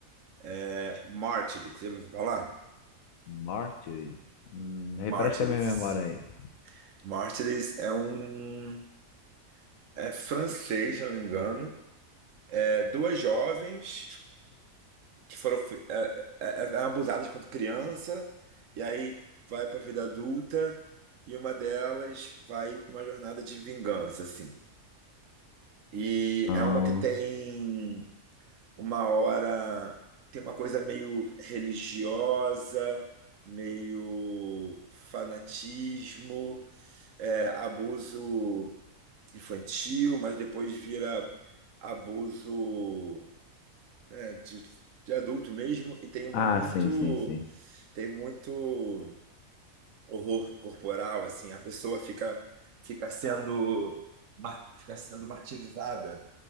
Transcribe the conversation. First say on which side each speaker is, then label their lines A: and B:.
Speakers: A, on the right; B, on the left.
A: é Mártires. Você ouviu falar?
B: Martyr? Hum, refresca
A: Mártires.
B: a minha memória aí.
A: Martyrs é um. É francês, se eu não me engano. É duas jovens que foram fi- é, é, é, é abusadas quando criança, e aí vai para a vida adulta, e uma delas vai pra uma jornada de vingança, assim. E
B: Não.
A: é uma que tem uma hora. Tem uma coisa meio religiosa, meio fanatismo, é, abuso. infantil, mas depois vira abuso, né, de, de adulto mesmo, e tem muito,
B: Ah, sim, sim, sim.
A: tem muito horror corporal, assim, a pessoa fica, fica sendo, ma- fica sendo martirizada